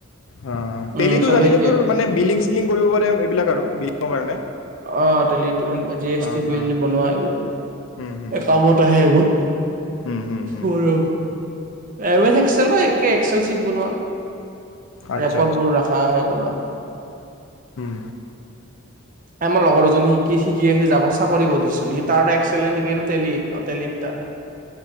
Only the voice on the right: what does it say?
উম
চবে
শিকে
অ', টেলিটো সেনেকুৱা G S
T bill
বনোৱা এইবোৰ
কামত আহে এইবোৰ
মোৰো এম এচ এক্সেলো একে এক্সেল চিট বনোৱা
ৰেকৰ্ড বোৰ ৰাখা হে কৰা
আমাৰ লগৰ এজনী কি শিকি আহি যাগত চাকৰি কৰিছে মিটাৰ এক্সেল নেকি নে টেলীৰ তাত